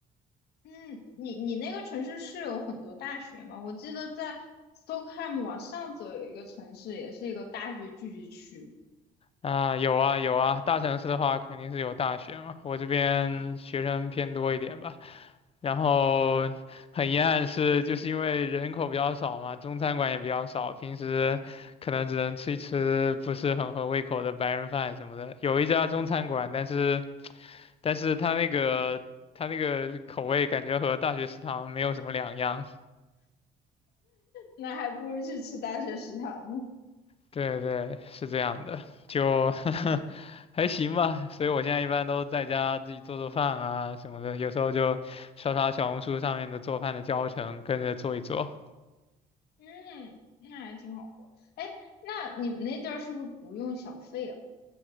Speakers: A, on the left (about 70°); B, on the left (about 35°).
A: 嗯，你你那个城市是有很多大学吗？我记得在 Stockholm 往上走有一个城市，也是一个大学聚集区，
B: 啊，有啊有啊，大城市的话肯定是有大学嘛，我这边学生偏多一点吧。然后很遗憾是，就是因为人口比较少嘛，中餐馆也比较少，平时可能只能吃一吃不是很合胃口的白人饭什么的。有一家中餐馆，但是。但是它那个它那个口味感觉和大学食堂没有什么两样。
A: 那还不如去吃大学食堂呢。
B: 对对，是这样的，就 <laughs> 还行吧。所以我现在一般都在家自己做做饭啊什么的，有时候就刷刷小红书上面的做饭的教程，跟着做一做。
A: 嗯，那还挺好的。哎，那你们那地儿是不是不用小费啊？